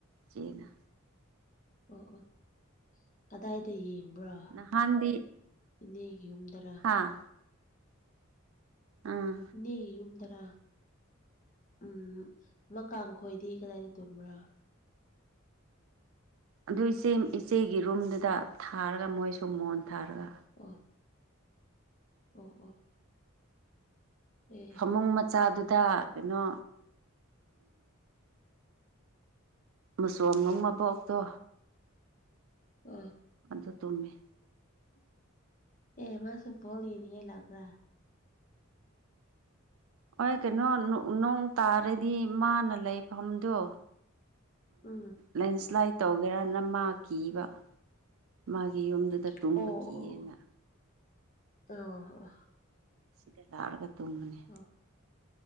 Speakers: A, on the right; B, on the left.
A: ꯆꯦꯅ
B: ꯑꯣ ꯑꯣ ꯀꯗꯥꯏꯗ ꯌꯦꯡꯕ꯭ꯔꯣ
A: ꯅꯍꯥꯟꯗꯤ
B: ꯏꯅꯦꯒꯤ ꯌꯨꯝꯗꯔ
A: ꯍꯥꯥ ꯎꯝ
B: ꯏꯅꯦꯒꯤ ꯌꯨꯝ ꯗꯔꯥ ꯎꯝ ꯃꯀꯥꯡ ꯈꯣꯏꯗꯤ ꯀꯗꯥꯏꯗ ꯇꯣꯝꯕ꯭ꯔꯥ
A: ꯑꯗꯨ ꯏꯆꯦ ꯏꯆꯦꯒꯤ ꯔꯨꯝꯗꯨꯗ ꯊꯥꯔꯒ ꯃꯣꯏꯁꯨ ꯃꯣꯟ ꯊꯥꯔꯒ
B: ꯑꯣ ꯑꯣ ꯑꯣ <unintelligible>
A: ꯐꯃꯨꯡ ꯃꯆꯥꯗꯨꯗ ꯀꯩꯅꯣ ꯃꯆꯣꯝꯅꯨꯡ ꯃꯕꯣꯛꯇꯣ
B: ꯑꯥ
A: ꯑꯗꯨ ꯇꯨꯝꯃꯤ
B: ꯑꯦ ꯃꯥꯁꯨ ꯕꯣꯜꯂꯤ ꯌꯦꯅꯤꯉꯦ ꯂꯄ꯭ꯔꯥ
A: ꯍꯣꯏ ꯀꯩꯅꯣ ꯅꯣꯡ ꯇꯥꯔꯗꯤ ꯃꯥꯅ ꯂꯩꯐꯝꯗꯣ
B: ꯎꯝ
A: ꯂꯦꯟꯁ꯭ꯂꯥꯏꯠ ꯇꯧꯒꯦꯔꯅ ꯃꯥ ꯀꯤꯕ ꯃꯥꯒꯤ ꯌꯨꯝꯗꯨꯗ
B: ꯑꯣ
A: ꯇꯨꯝꯕ ꯀꯤꯌꯦꯅ
B: ꯑꯣ ꯑꯣ
A: ꯁꯤꯗ ꯂꯛꯑꯔꯒ ꯇꯨꯝꯅꯤ
B: ꯑ